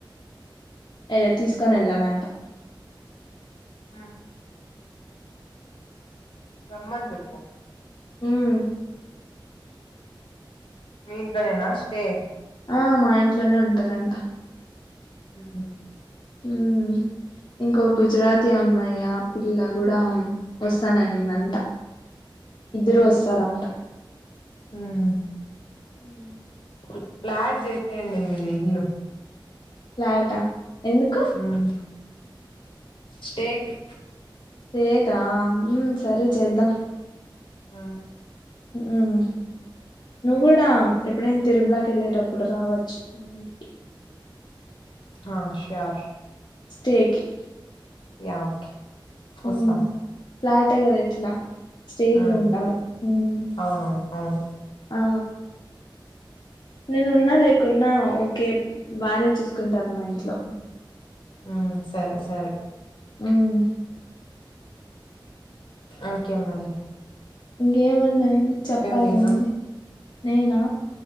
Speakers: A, on the left; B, on the left.
A: ఉమ్
B: యోఏ తీస్ కొనేళ్ళలంటా.
A: ఆ రమ్మన్ జెప్పు
B: ఊమ్
A: మీ ఇంట్లోనేేనా స్టే
B: ఆ మా ఇంట్లోనే ఉంటరంట
A: ఉహ్ హు
B: ఊమ్ ఇంకో గుజరాతీ అమ్మాయ్, ఆ పిల్ల గూడా ఆమ్ వస్తాననిందంట. ఇద్దరు వస్తారంట.
A: ఊమ్
B: ఊమ్
A: క్ ప్లాట్ జేసేయండి మీది. ఇల్లు
B: ఫ్లాటా ఎందుకు?
A: ఉమ్ స్టేకి
B: స్టేకా ఊమ్ సరే చేద్దాం.
A: ఆ
B: ఊమ్ నువ్వు గూడా ఎప్పుడైనా తిరుమలాకి కెళ్ళేటప్పుడు రావచ్చు మా ఇంటి
A: ఆ ష్యోర్
B: స్టేకి
A: యా ఓకే వస్తాం
B: ఊమ్ ఫ్లాటే గద ఎట్లా స్టేకి
A: ఉమ్
B: ఉంటారు ఊమ్
A: అవునవును అవును
B: ఆ నేనున్నా లేకున్నా ఓకే బానే చూసుకుంటారు మా ఇంట్లో
A: ఊమ్ సరే సరే
B: ఊమ్
A: ఓకేమ్మళి
B: ఇంకేముందండి చెప్పాలా
A: తిన్నావ్
B: మీరి నేనా